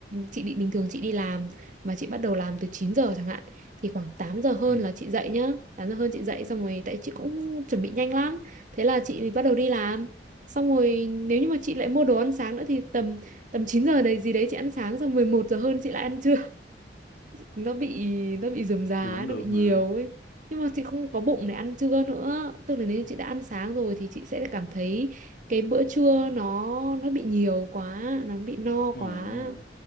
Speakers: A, on the right (about 45°); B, on the left (about 60°).
A: chị định bình thường chị đi làm mà chị bắt đầu làm từ 9 giờ chẳng hạn thì khoảng 8 giờ hơn
B: ừ
A: là chị dậy nhá 8 giờ hơn chị dậy xong rồi tại chị cũng chuẩn bị nhanh lắm thế là chị bắt đầu đi làm xong rồi nếu như mà chị lại mua đồ ăn sáng nữa thì tầm tầm 9 giờ đấy gì đấy chị ăn sáng xong 11 giờ hơn chị lại ăn trưa <laughs> nó bị nó bị rườm rà
B: thì vẫn
A: ấy, nó
B: được
A: bị nhiều
B: mà.
A: ấy nhưng mà chị không có bụng để ăn trưa nữa tức là nếu như chị đã ăn sáng rồi thì chị sẽ cảm thấy cái bữa trưa nó nó bị nhiều quá nó bị no
B: Đúng
A: quá
B: rồi, đúng rồi.